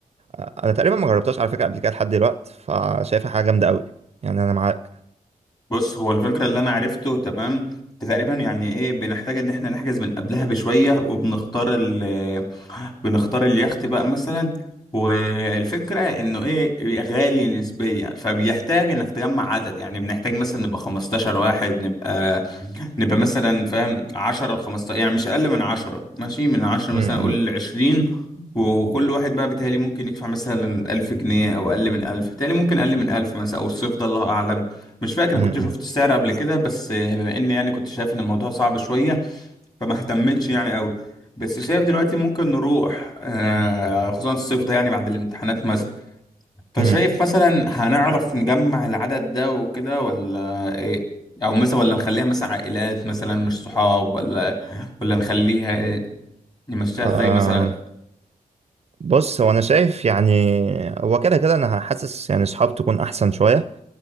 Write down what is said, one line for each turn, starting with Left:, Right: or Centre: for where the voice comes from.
Right: أنا تقريبا ما جربتهاش على فكرة قبل كده لحد دلوقتي فشايفها حاجة جامدة قوي يعني أنا معاك
Left: بص هو الفكرة اللي أنا عرفته تمام تقريبا يعني إيه بنحتاج إن إحنا نحجز من قبلها بشوية وبنختار ال <laughs> بنختار اليخت بقى مثلا والفكرة إنه إيه غالي نسبيا فبيحتاج إنك تجمع عدد يعني بنحتاج مثلا نبقى 15 واحد نبقى نبقى مثلا فاهم 10 ل 15 يعني مش اقل من 10 ماشي من 10
Right: م-
Left: مثلا
Right: م-
Left: اقول 20 و- وكل واحد بقى بيتهيألي ممكن يدفع مثلا 1000 جنيه او اقل من 1000 بيتهيألي ممكن اقل من 1000 مثلا او الصيف ده الله اعلم مش فاكر
Right: م-
Left: انا كنت
Right: م-
Left: شفت السعر قبل كده بس بما اني يعني كنت شايف ان الموضوع صعب شويه فما اهتمتش يعني قوي بس شايف دلوقتي ممكن نروح آه خصوصا الصيف ده يعني بعد الامتحانات مثلا فشايف
Right: م.
Left: مثلا هنعرف نجمع العدد ده وكده ولا ايه او مثلا ولا نخليها مثلا عائلات مثلا مش صحاب ولا ولا نخليها إيه؟ نمشيها ازاي
Right: آم،
Left: مثلا
Right: بص هو انا شايف يعني هو كده كده انا حاسس يعني صحاب تكون احسن شويه